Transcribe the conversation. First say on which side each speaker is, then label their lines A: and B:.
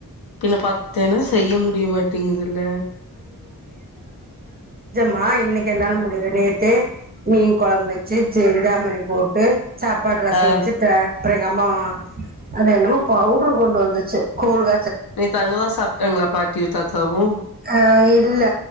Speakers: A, on the left; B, on the right.
A: பின்ன பத்தேன்னா செய்ய முடிய மாட்டேங்குதுல
B: மா இன்னக்கு என்னாள முடியற நேத்தே மீன் குழம்பு வச்சு சிந்தாமணி போட்டு சாப்பாடு ரசம்
A: ஆ
B: வச்சு த அப்பற எங்க அம்மா அது என்னமோ பவுடுரு கொண்டு வந்துச்சு கூல் <unintelligible>
A: நேத்து அங்கதான் சாப்ட்டாங்களா பாட்டியும் தாத்தாவும்
B: ஆ இல்ல